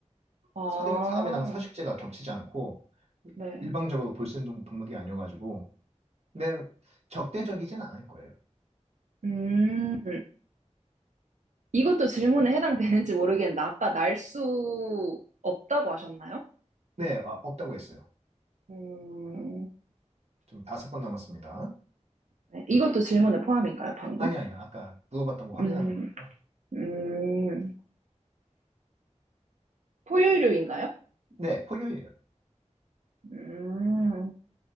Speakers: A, on the right; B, on the right.
A: 아,
B: 사람- 사람이랑 서식지가 겹치지 않고
A: 네.
B: 일방적으로 볼 수 있는 동물이 아니어가지고 근데 적대적이진 않을 거예요.
A: 음, 이것도 질문에 해당되는지 모르겠는데, 아까 날 수 없다고 하셨나요?
B: 네, 아, 없다고 했어요.
A: 음,
B: 좀 다섯 번 남았습니다.
A: 네. 이것도 질문에 포함인가요, 방금?
B: 아니, 아니요. 아까 물어봤던 거 확인하는
A: 음,
B: 거니까.
A: 음, 포유류인가요?
B: 네, 포유예요.
A: 음,